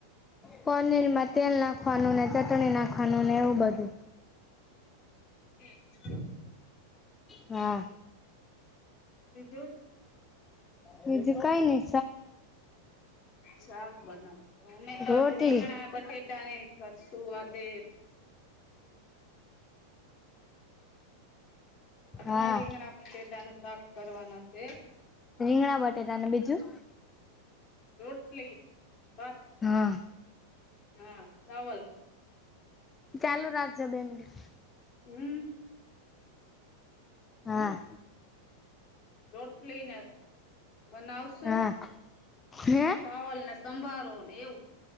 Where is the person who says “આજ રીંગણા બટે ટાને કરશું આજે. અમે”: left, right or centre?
Left